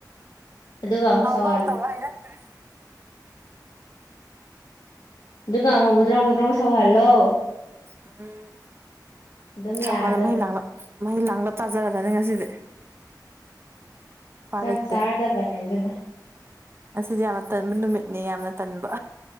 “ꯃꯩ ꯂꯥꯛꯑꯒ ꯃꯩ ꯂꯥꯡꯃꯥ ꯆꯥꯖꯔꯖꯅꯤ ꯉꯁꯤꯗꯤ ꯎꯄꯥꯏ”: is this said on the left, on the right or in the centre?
Right